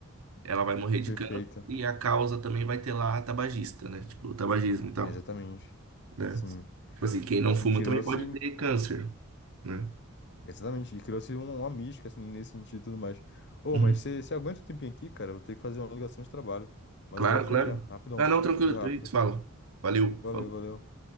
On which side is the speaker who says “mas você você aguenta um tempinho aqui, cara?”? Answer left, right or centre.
Left